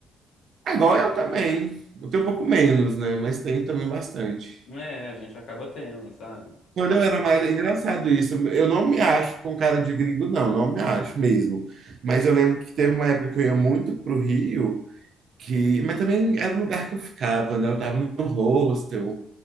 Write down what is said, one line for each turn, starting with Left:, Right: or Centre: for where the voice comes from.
Right: agora eu também. Eu tenho um pouco menos, né? Mas tenho também bastante.
Left: é, a gente acaba tendo, sabe?
Right: Quando
Left: Então,
Right: eu era mais, é engraçado isso, eu não me acho com cara de gringo, não, não me acho mesmo. Mas eu lembro que teve uma época que eu ia muito pro Rio, que, mas também era o lugar que eu ficava, né? Eu tava no hostel,